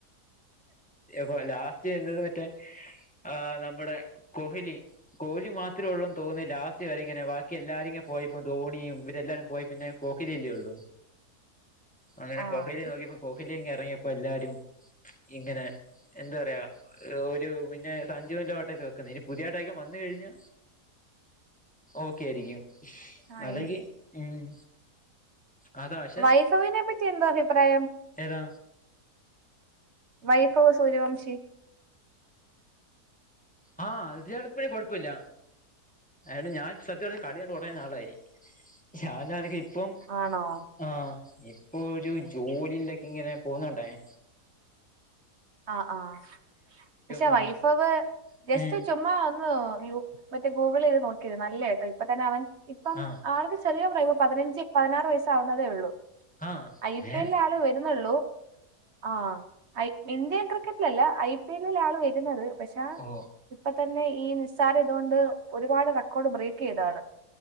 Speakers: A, in the centre; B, on the right.
A: എവൊ ലാസ്റ്റ് എന്തെരുവെ ട്ടെ. ആ നമ്മെടെ കോഹലി. കോലി മാത്രേള്ളൂന്ന് തോന്നു ലാസ്റ്റ ചിവരെങ്ങനെ ബാക്കിയെല്ലാരുങ്ങ പോയിപ്പ ധോണിയും ഇവരെല്ലാരും പോയപിന്നെ കോഹ്ലിയല്ലേള്ളൂ. അങ്ങനെ
B: ആഹ്
A: കോഹലിയെ നോക്കിയപ്പോ കോഹലിങ്ങെറങ്ങിയപ്പോല്ലാരും. ഇങ്ങനെ എന്ത് പറയാ. രു ഒരു പിന്നെ സഞ്ജുന്റെ ഓട്ടത്ത കന്നായിനി പുതിതാതൈകം വന്ന് കഴിഞ്ഞ് ഓക്കെയാരിക്കും.
B: ആഹ്
A: അതെങ്കി ഉം. അതാ പക്ഷെ
B: വൈഫവിനെ പറ്റി എന്താഭിപ്രായം?
A: ഏതാ?
B: വൈഭവ് സൂര്യവംശി.
A: ആഹ് അത് ചെലെപ്പെ കൊഴപ്പവില്ല. അല്ല ഞാൻ സത്യത് കളികണ്ട് കൊറെ നാളായി. ഷാനാണെങ്കി. പ്പം
B: ആണോ
A: ആ ഇപ്പൊരു ജോലിയിലെക്കെങ്ങനെ. പോന്നുണ്ടായി.
B: ആഹ് ആഹ് പക്ഷെ
A: ഉം
B: വൈഭവ് ജസ്റ്റ്
A: ഉം
B: ചുമ്മാ ഒന്ന് യു മറ്റേ ഗൂഗിളെയ്ത് നോക്കിയേ. നല്ലേട്ടവ് ഇപ്പത്തന്നെ അവൻ. ഇപ്പം
A: ആഹ്
B: ആൾക്ക് ചെറിയ പ്രായംപ്പ പതിനഞ്ച് പതിനാറ് വയസ്സാവുന്നതേള്ളൂ.
A: ആഹ്
B: ഐ പി
A: ഏ
B: എൽ ആള് വെരുന്നൊള്ളൂ. ആഹ് ഐ ഇന്ത്യൻ ക്രിക്കറ്റിലല്ല. ഐ പി എല്ലിൽ ആള് വെരുന്നത് പക്ഷ
A: ഓ
B: ഇപ്പത്തന്നെ. ഈ നിസ്സാരിതൊണ്ട് ഒരുപാട് റെക്കോഡ് ബ്രേക്ക് ചെയ്തതാള്.